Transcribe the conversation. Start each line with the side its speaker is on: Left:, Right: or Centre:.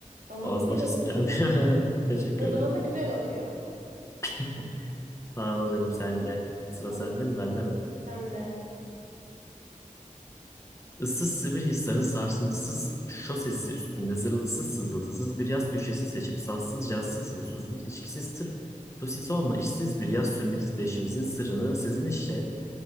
Right: Ama
Left: Ağzım
Right: güzel
Left: açasım
Right: okuyor.
Left: geldi. <laughs> Teşekkür
Right: O
Left: ederim.
Right: zaman da güzel okuyor.
Left: <laughs> Sağ ol canım sen de. Sıra
Right: Tamam
Left: sende mi bende mi?
Right: sen de.
Left: Issız sivri hisların sarsıntısız şosesi üstünde zırıltısız sızıltısız bir yaz köşesi seçip sassız cazsız ve susuz içkisiz sırf sosisonla işsiz bir yaz sürmek isteyişimizin sırrını sizin işte